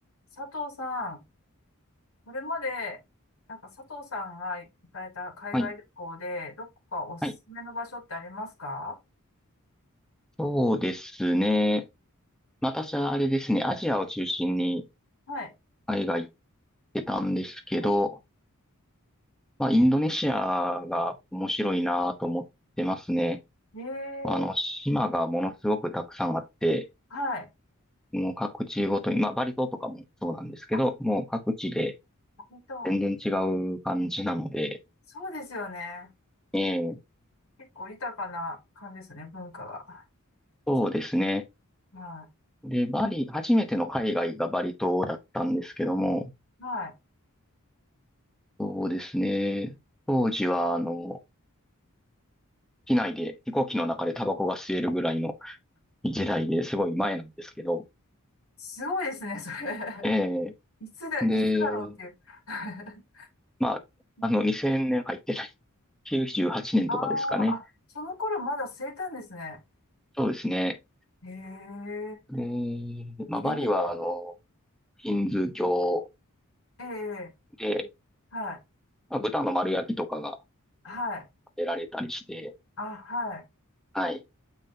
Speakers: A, on the left; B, in the centre.
A: 佐藤さん、これまで、なんか佐藤さんが行かれた海外旅行で、
B: はい。
A: どこかおすすめの場所ってありますか
B: はい。そうですね。まあ私はあれですね、アジアを中心に
A: はい。
B: 海外行ってたんですけど、
A: え
B: まあ、インドネシアが面白いなと思ってますね。
A: ー、え
B: まあの、
A: ー、
B: 島がものすごくたくさんあって、
A: はい。
B: もう各地ごとに、まあ、バリ島とかもそうなんですけど、
A: あ、
B: もう各地で
A: 割と、
B: 全然違う感じなので、
A: えそうですよね。
B: ええ、
A: 結構豊かな感じですよね、文化が。
B: そうですね。
A: そは
B: で、バリ、初めての海外がバリ島だったんですけども、
A: い。はい。
B: そうですね。当時は、あの、機内で、飛行機の中でタバコが吸えるぐらいの時代ですごい前なんですけど、
A: すごいですね、それ。
B: え
A: <laughs> いつだ、
B: ー、
A: いつだろうっていう。
B: で、
A: <laughs>
B: まあ、
A: うん
B: あの、2000年入ってない。98年とかですかね。
A: ああ、あ、その頃まだ生いたんですね。
B: そうですね。
A: へえ、
B: で、まあ、
A: へ
B: バリは、あの、ヒンズー教
A: え、ええ。
B: で、
A: はい。
B: まあ、豚の丸焼きとかが
A: はい。
B: 出られたりして、
A: あ、はい。
B: はい。